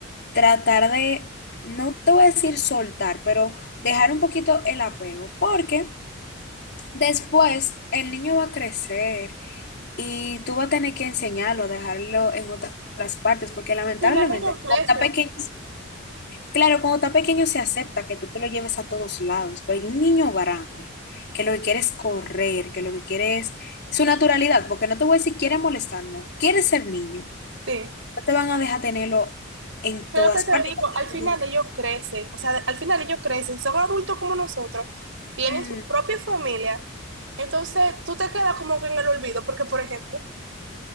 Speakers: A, on the left (about 55°); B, on the right (about 70°).
A: tratar de, no te voy a decir soltar, pero dejar un poquito el apego, porque Después, el niño va a crecer y tú vas a tener que enseñarlo, dejarlo en otra- otras partes, porque lamentablemente,
B: Al final ellos crecen.
A: cuando está pequeño, claro, cuando está pequeño se acepta que tú te lo lleves a todos lados, pero hay un niño grande que lo que quiere es correr, que lo que quiere es su naturalidad, porque no te voy a decir quiere molestar, no, quiere ser niño.
B: Sí,
A: No te van a dejar tenerlo en
B: Es
A: todas
B: lo que te
A: partes.
B: digo,
A: cuando
B: al final
A: tú
B: ellos crecen. O sea, al final ellos crecen. Son adultos como nosotros. Tienen
A: Ujú.
B: su propia familia. Entonces tú te quedas como que en el olvido. Porque, por ejemplo,